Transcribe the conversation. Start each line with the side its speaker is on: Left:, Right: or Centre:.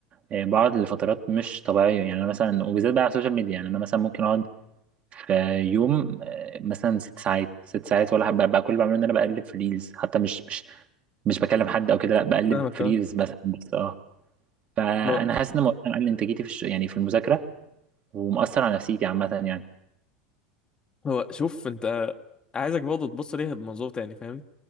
Right: أه، بقعد لفترات مش طبيعية يعني أنا مثلا وبالذات بقى على السوشيال ميديا يعني أنا مثلا ممكن أقعد في يوم أه، مثلا ست ساعات ست ساعات ولا بقى بقى كل اللي بعمله إن أنا بقلب في ريلز حتى مش مش مش بكلم حد أو كده لا بقلب
Left: فاهمك
Right: في
Left: كمان
Right: ريلز مثلا بس أه فانا
Left: هو
Right: حاسس ان الموضوع ده مقلل انتاجيتي في الش... يعني في المذاكره ومأثر على نفسيتي عامه يعني
Left: هو شوف انت عايزك برضه تبص ليها بمنظور تاني فاهمني